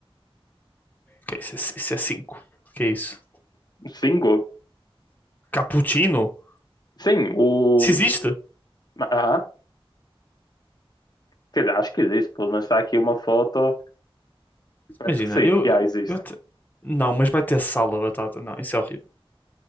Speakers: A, on the left; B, on the left.
A: Ok, isso é, isso é cinco. Que é isso?
B: Cinco?
A: Cappuccino?
B: Sim, o.
A: Se existe?
B: Ah, quer dizer, acho que existe. Pelo menos está aqui uma foto. Parece
A: Imagina,
B: que sim.
A: eu,
B: Já existe.
A: eu até... Não, mas vai ter sal da batata. Não, isso é horrível.